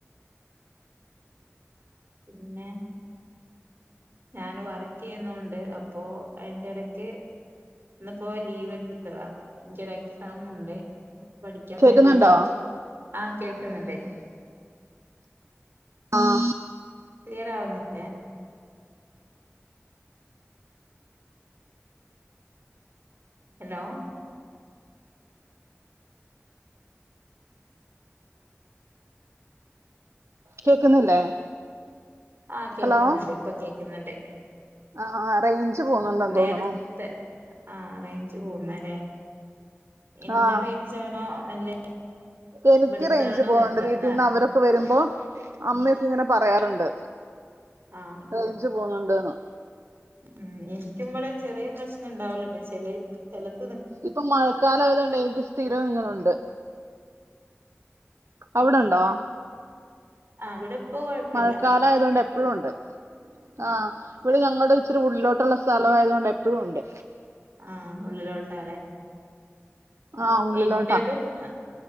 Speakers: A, on the right; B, on the right.
A: പിന്നെ ഞാൻ വർക്ക് ചെയ്യുന്നുണ്ട് അപ്പോ അയിന്റെ ഇടക്ക് ഇന്നിപ്പോ ലീവ് എടുത്തതാ എനിക്കൊരു എക്സാമുണ്ട് പഠിക്കാൻ
B: കേക്കുന്നുണ്ടോ
A: വേണ്ടീട്ട് ആഹ കേൾക്കുന്നുണ്ട്
B: ആഹ
A: ക്ലിയർ ആവുന്നില്ലേ ഹലോ
B: കേക്കുന്നില്ലേ
A: ആഹ കേൾക്കുന്നുണ്ട്
B: ഹലോ
A: ഇപ്പൊ കേൾക്കുന്നുണ്ട്
B: ആഹ് റേഞ്ച് പോകുന്നുണ്ടെന്ന്
A: നേരത്തെ
B: തോന്നുണു
A: ആഹ റേഞ്ച് പോകുന്നല്ലേ എന്റെ
B: ആഹ്
A: റേഞ്ചാണോ അല്ലെ
B: എനിക്ക്
A: ഇവിടുത്താണോ
B: റേഞ്ച് പോകാറുണ്ട്
A: എന്താന്നറി
B: വീട്ടിൽന്ന് അവരൊക്കെ വരുമ്പോ അമ്മയൊക്കെ ഇങ്ങനെ പറയാറുണ്ട്
A: ആഹ
B: റേഞ്ച്
A: ആ
B: പോകുന്നുണ്ട്ന്ന്
A: ഉം എ എനിക്കുമ്പടെ ചെറിയ പ്രശ്നം ഉണ്ടാവലുണ്ട് ചില <inaudible>
B: ഇപ്പൊ മഴക്കാലായതുകൊണ്ടെ എനിക്ക് സ്ഥിരം ഇങ്ങനുണ്ട് അവിടെണ്ടോ
A: ആഹ് ഇവിടെ ഇപ്പൊ കൊഴപ്പല്ല
B: മഴക്കാലായതുകൊണ്ട് എപ്പോഴും ഉണ്ട് ആഹ് ഇവിടെ ഞങ്ങളുടെ ഇത്തിരി ഉള്ളിലോട്ടുള്ള സ്ഥലം ആയതു കൊണ്ട് എപ്പോഴുണ്ട്
A: ആഹ ഉള്ളിലോട്ടാലെ
B: ആഹ് ഉള്ളിലോട്ടാ
A: എന്റതും അ